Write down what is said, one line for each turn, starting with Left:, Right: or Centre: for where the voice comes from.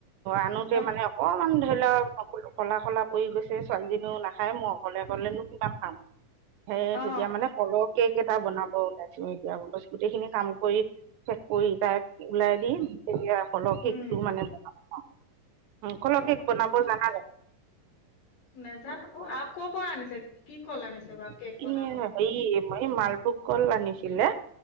Right: আনোতে
Left: অ
Right: মানে অকমান ধৰি ল <unintelligible> কলা কলা পৰি গৈছে ছোৱালীজনীও নাখায় মই অকলে অকলেনো কিমান খাম। সেই
Left: অ
Right: তেতিয়া মানে কলৰ কেক এটা বনাব উলাইছোঁ এতিয়া, গোটেই খিনি কাম কৰি শেষ কৰি তাইক ওলাই দি তেতিয়া কলৰ
Left: উম
Right: কেকটো মানে বনাম। কলৰ
Left: অ',
Right: কেক বনাব জানা জানো
Left: নাজানো আৰু কৰপৰা আনিছে? কি কল আনিছে
Right: <unintelligible>
Left: বাৰু কেক বনাব
Right: এই মালভোগ কল আনিছিলে।